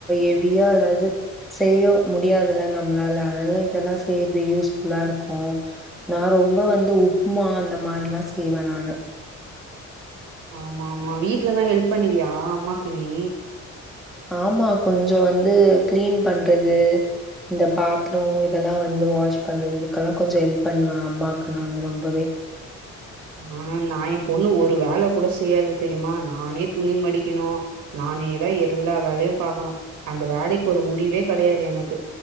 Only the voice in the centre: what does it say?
எவியா எதாது செய்ய முடியாதுல நம்ளால அனால இதெல்லா செய்றது யூஸ்ஃபுல்லா இருக்கு நா ரொம்ப வந் து உப்ம்மா அந்த மாரிலா செய்வெ நானு
ஆமா கொஞ்சொ வந்து கிளீன் பண்றது இந்த பாத்ரு இதலா வந்து வாஷ் பண்றது இதுக்கெல்லா கொஞ்சொ ஹெல்ப் பண்ணுவே அம்மாக்கு நானு ரொம்பவே